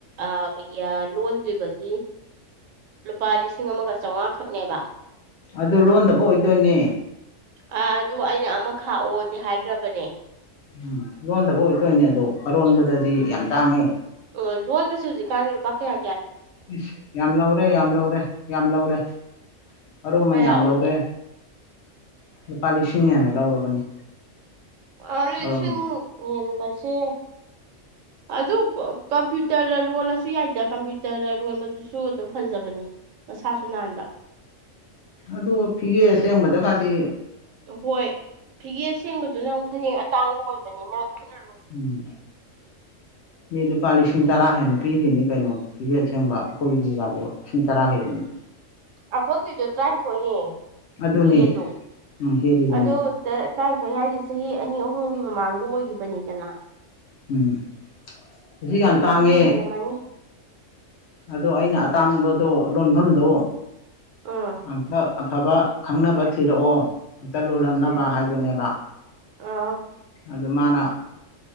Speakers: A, on the right (about 75°); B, on the left (about 60°).
A: ꯑꯥ ꯈꯣꯏꯒꯤ ꯑ ꯂꯣꯟꯗ꯭ꯔꯤꯕꯒꯤ ꯂꯨꯄꯥ ꯂꯤꯁꯤꯡ ꯑꯃꯒ ꯆꯧꯉꯥ ꯈꯛꯅꯦꯕ
B: ꯑꯗꯨ ꯂꯣꯟꯗꯕ ꯑꯣꯏꯗꯣꯏꯅꯦ
A: ꯑꯥ ꯑꯗꯨ ꯑꯩꯅ ꯑꯃ ꯈꯥꯛꯑꯣꯗꯤ ꯍꯥꯏꯒ꯭ꯔꯕꯅꯦ
B: ꯎꯝ ꯂꯣꯟꯗꯕ ꯑꯣꯏꯗꯣꯏꯅꯦ ꯑꯗꯣ ꯑꯔꯣꯟꯕꯗꯗꯤ ꯌꯥꯝ ꯇꯥꯡꯉꯦ
A: ꯑꯣ ꯂꯣꯟ ꯕꯁꯤ ꯍꯧꯖꯤꯛꯀꯥꯥꯟ ꯂꯨꯄꯥ ꯀ꯭ꯌꯥ
B: ꯏꯁ ꯌꯥꯝ ꯂꯧꯔꯦ ꯌꯥꯝ ꯂꯧꯔꯦ ꯌꯥꯝ ꯂꯧꯔꯦ ꯑꯔꯨꯃꯟ
A: ꯀꯌꯥ
B: ꯌꯥꯝ
A: ꯑꯣꯏꯒꯦ
B: ꯂꯧꯔꯦ ꯂꯨꯄꯥ ꯂꯤꯁꯤꯡ ꯍꯦꯟꯅ ꯂꯧꯔꯕꯅꯤ
A: ꯑꯥ ꯌ
B: ꯑꯔꯣꯟꯃꯟ
A: ꯂꯤꯁꯤꯡ ꯍꯦꯟ ꯕꯁꯦ ꯑꯗꯨ ꯀꯝꯄ꯭ꯌꯨꯇꯔꯗ ꯂꯣꯜꯂꯁꯨ ꯌꯥꯏꯗ ꯀꯝꯄ꯭ꯌꯨꯇꯔꯗ ꯂꯣꯟꯕꯗꯨꯁꯨ ꯑꯗꯨꯝ ꯐꯖꯕꯅꯤ ꯃꯁꯥꯁꯨ ꯅꯥꯟꯕ
B: ꯑꯗꯣ ꯐꯤꯒꯦ ꯑꯁꯦꯡꯕꯗꯒꯥꯗꯤ
A: ꯍꯣꯏ ꯐꯤꯒꯦ ꯑꯁꯦꯡꯕꯗꯨꯅ ꯑꯃꯨꯛ ꯐꯅꯦꯛ ꯑ ꯇꯥꯡꯕ ꯑꯣ ꯏꯕꯅꯤꯅ ꯈꯨꯅ
B: ꯎꯝ ꯃꯤ ꯂꯨꯄꯥ ꯂꯤꯁꯤꯡ ꯇꯔꯥ ꯍꯦꯟꯅ ꯄꯤꯔꯤꯅꯤ ꯀꯩꯅꯣ ꯐꯤꯒꯦ ꯑꯁꯦꯡꯕ ꯑꯩꯈꯣꯏꯒꯤꯒꯥꯗꯣ ꯂꯤꯁꯤꯡ ꯇꯔꯥ ꯍꯦꯜꯂꯤꯅꯤ
A: ꯑꯐꯣꯏꯒꯤꯗꯣ ꯇꯔꯥꯅꯤꯊꯣꯏꯅꯦ
B: ꯑꯗꯨꯅꯤ
A: ꯐꯤꯒꯦꯗꯣ
B: ꯎꯝ ꯍꯦꯜꯂꯤꯕꯅꯤ
A: ꯑꯗꯨꯗ ꯇꯔꯥꯅꯤꯊꯣꯏ ꯍꯥꯏꯁꯦ ꯆꯍꯤ ꯑꯅꯤ ꯑꯍꯨꯝꯒꯤ ꯃꯃꯥꯡꯗ ꯑꯣꯏꯒꯤꯕꯅꯤꯗꯅ
B: ꯎꯨꯝ ꯍꯧꯖꯤꯛ ꯌꯥꯝ
A: ꯍꯧꯖꯤꯛꯄꯨꯗꯤ
B: ꯇꯥꯡꯉꯦ
A: ꯍꯦꯜꯂꯝꯃꯅꯤ
B: ꯑꯗꯣ ꯑꯩꯅ ꯑꯇꯥꯡꯕꯗꯣ ꯂꯣꯟꯐꯝꯗꯣ
A: ꯎꯝ
B: ꯑꯝꯄ ꯑꯐꯕ ꯈꯪꯅꯕ ꯊꯤꯔꯛꯑꯣ ꯇꯂꯣꯜꯔꯟꯅꯕ
A: ꯎꯝ
B: ꯍꯥꯏꯕꯅꯦꯕ
A: ꯑꯥ
B: ꯑꯗꯣ ꯃꯥꯅ